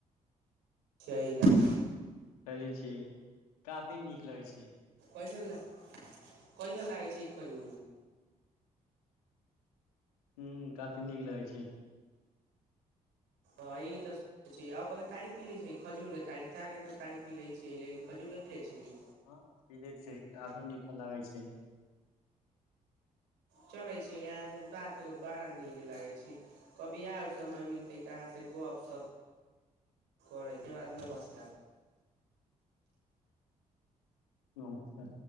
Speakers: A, on the right (about 75°); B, on the left (about 80°).
A: छै ग
B: खयले छियै काफी नीक लगै छै
A: कैसन ला कैसन लागै छै ई खजूर
B: ह्म काफी नीक लागै छै
A: हँ ई तऽ आ ओ तारी पीलै छियै खजूर के तारी तारके तऽ तारी पी लै छियै लेकिन खजूरके पीलै छियै
B: हँ पी लै छियै काफी मीठा लागै छै
A: चलै छियै अहाँ से बात कऽ कऽ बड़ा नीक लागै छै कभी आओर समय मिलतै तऽ अहाँ से गप सप करै के बाद नमस्कार
B: अच्छा